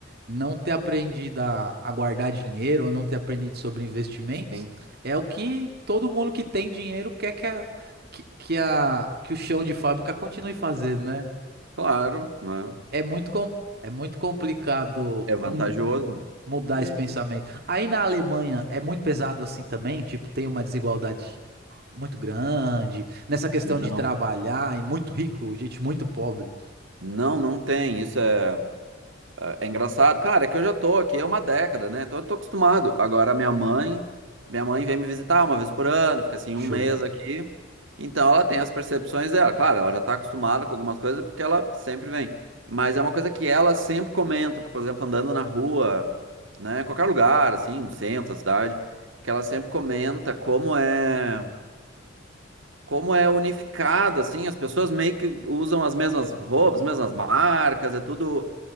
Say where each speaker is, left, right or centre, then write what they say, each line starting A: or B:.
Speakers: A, on the right (about 55°); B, on the right (about 70°).
A: não ter aprendido a, a guardar dinheiro ou não ter aprendido sobre investimentos
B: Sim.
A: é o que todo mundo que tem dinheiro quer que a, que, que a, que o chão de fábrica continue fazendo, né?
B: Claro, né?
A: É muito, com- é muito complicado
B: É, é vantajoso.
A: mu- mudar
B: E
A: esse pensamento. Aí na Alemanha é muito pesado assim também, tipo, tem uma desigualdade muito grande nessa questão
B: não,
A: de trabalhar e muito rico, gente muito pobre.
B: não, não tem. Isso é. Ah, É engraçado, cara, é que eu já tô aqui há uma década, né? Então eu tô acostumado. Agora minha mãe, minha mãe vem me visitar uma vez por ano, fica assim
A: Show.
B: um mês aqui. Então ela tem as percepções dela. Claro, ela já tá acostumada com algumas coisas porque ela sempre vem. Mas é uma coisa que ela sempre comenta, por exemplo, andando na rua, né? Em qualquer lugar, assim, no centro, da cidade, que ela sempre comenta como é como é unificado, assim, as pessoas meio que usam as mesmas roupas, as mesmas marcas, é tudo.